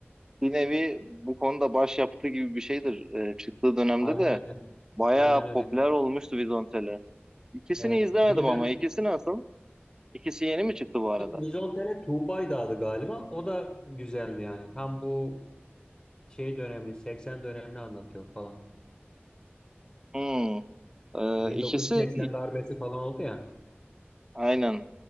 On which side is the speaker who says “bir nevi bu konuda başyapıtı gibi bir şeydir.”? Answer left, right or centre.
Right